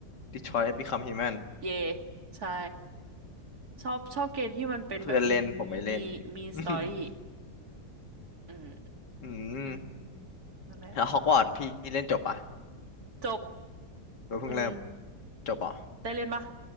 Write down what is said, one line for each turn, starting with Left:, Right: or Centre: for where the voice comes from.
Left: Detroit Become Human
Right: เย่ใช่ชอบชอบเกมที่มันเป็นแบบมี
Left: เพื่อนเล่นผมไม่เล่น
Right: มีมีสตอรี่
Left: <laughs>
Right: อืม
Left: อืม
Right: อืมนั่นแหละ
Left: แล้วฮอกวอตส์พี่เล่นจบปะ
Right: จบ
Left: หรือเพิ่งเริ่ม
Right: อืม
Left: จบปะ
Right: ได้เล่นปะ